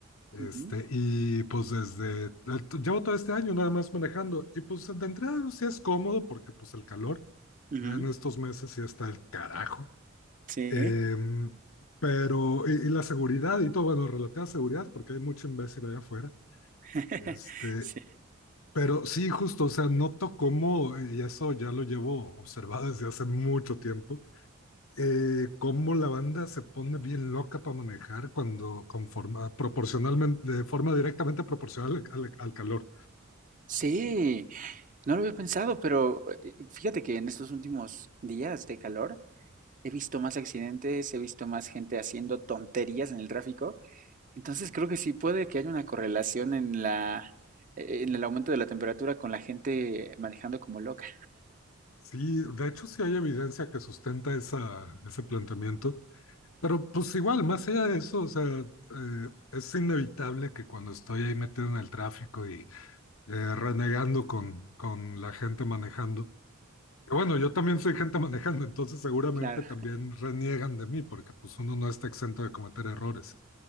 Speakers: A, on the left; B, on the right.
A: Este,
B: ujú,
A: y pues desde, llevo todo este año nada más manejando, y pues de entrada sí es cómodo porque pues el calor,
B: ujú.
A: ya en estos meses sí está el carajo.
B: Sí.
A: Em, pero, y, y la seguridad y todo, bueno, relativa a seguridad, porque hay mucho imbécil allá afuera.
B: <laughs>
A: Este,
B: Sí.
A: pero sí, justo, o sea, noto cómo, y eso ya lo llevo observado desde hace mucho tiempo, eh, cómo la banda se pone bien loca para manejar cuando conforma, proporcionalmente, de forma directamente proporcional al, al calor.
B: Sí, no lo había pensado, pero eh, fíjate que en estos últimos días de calor he visto más accidentes, he visto más gente haciendo tonterías en el tráfico. Entonces creo que sí puede que haya una correlación en la, eh, en el aumento de la temperatura con la gente manejando como loca.
A: Sí, de hecho sí hay evidencia que sustenta esa, ese planteamiento, pero pues igual, más allá de eso, o sea, eh, es inevitable que cuando estoy ahí metido en el tráfico y eh, renegando con, con la gente manejando, que bueno, yo también soy gente manejando, entonces seguramente
B: Claro,
A: también reniegan de mí porque pues uno no está exento de cometer errores.